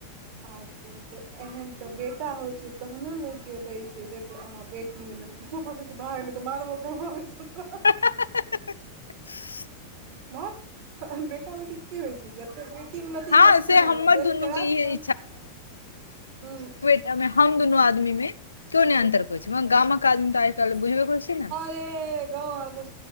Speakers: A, on the right; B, on the left.
A: आजकल तऽ एहेन तऽ बेटा होइ छै तहनो नय केओ दय छै जते अहाँ बे। टी देलौ पपा कहय छै भाग नय तऽ मारबो करबो आब एतौ तऽ
B: <inaudible>
A: भाग बेटा बेटी की होइ छै जेतय की कि उन्नति
B: हँ
A: करै
B: से
A: छै
B: हमर
A: ने देश
B: दुनू
A: केँ
B: के
A: राष्ट्र
B: इहे
A: मऽ
B: तयमे हम दुनू आदमी मे केओ नय अन्तर करै छै मगर गामक आदमी तऽ आइ काइल बुझबे करै छिये नऽ।
A: से गांव <unintelligible>